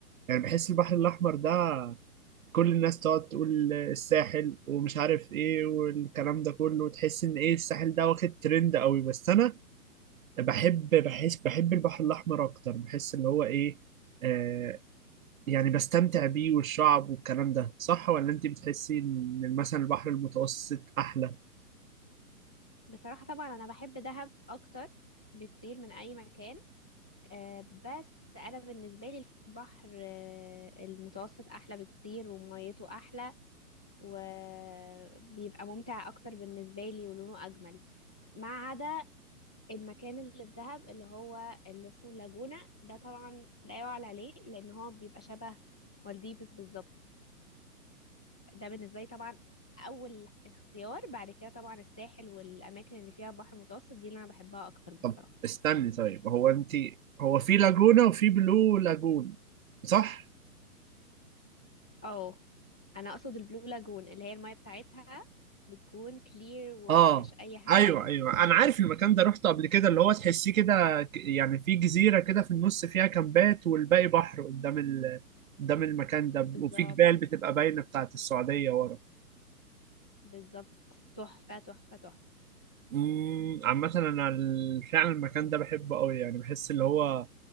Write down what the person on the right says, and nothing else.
يعني بحس البحر الاحمر ده كل الناس تقعد تقول الساحل ومش عارف ايه والكلام ده كله تحس ان ايه الساحل ده واخد ترند قوي بس انا بحب بحس بحب البحر الاحمر اكتر بحس اللي هو ايه آه، يعني بستمتع بيه والشعب والكلام ده صح ولا انت بتحسي ان مثلا البحر المتوسط احلى
طب استني طيب هو انت هو في لاجونا وفي بلو لاجون صح
اه
ايوه ايوه انا عارف المكان ده رحته قبل كده اللي هو تحسيه كده ك- يعني في جزيرة كده في النص فيها كامبات والباقي بحر قدام ال... قدام المكان ده
وفي جبال بتبقى باينة بتاعت السعودية ورا
امم عامة انا ال- فعلا المكان ده بحبه قوي يعني بحس اللي هو